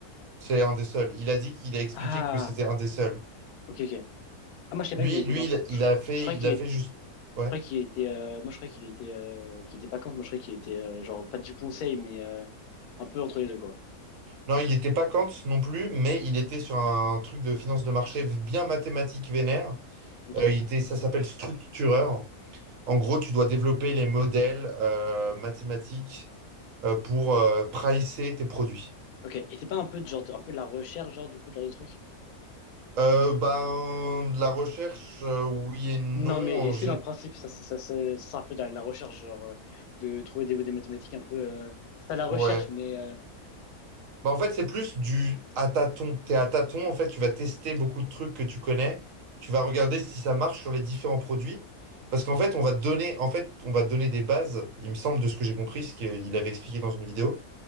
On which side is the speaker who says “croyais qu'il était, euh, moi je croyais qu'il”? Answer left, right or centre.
Left